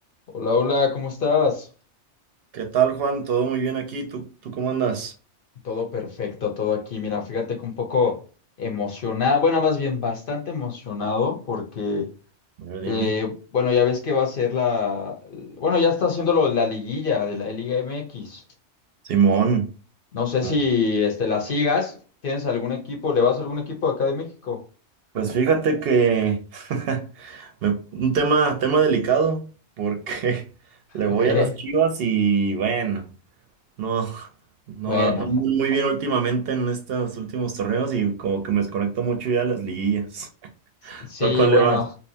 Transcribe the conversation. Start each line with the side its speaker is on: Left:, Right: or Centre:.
Left: Hola, hola, ¿cómo estás?
Right: ¿Qué tal, Juan? ¿Todo muy bien aquí? ¿Tú, tú cómo andas?
Left: Todo perfecto, todo aquí. Mira, fíjate que un poco emocionado, bueno, más bien bastante emocionado porque,
Right: A ver,
Left: eh,
Right: dime.
Left: bueno, ya ves que va a ser la, bueno, ya está haciendo lo de la liguilla de la Liga MX.
Right: Simón.
Left: No sé
Right: Ah,
Left: si este, la sigas, ¿tienes algún equipo? ¿Le vas a algún equipo de acá de México?
Right: Pues fíjate que <laughs> me- un tema, tema delicado, porque <laughs> le
Left: Ok.
Right: voy a las Chivas y bueno, no, no,
Left: Bueno,
Right: no ando muy bien últimamente en estos últimos torneos y como que me desconecto mucho ya de las liguillas. <laughs>
Left: <laughs> sí,
Right: ¿Tú a cuál
Left: bueno,
Right: le vas?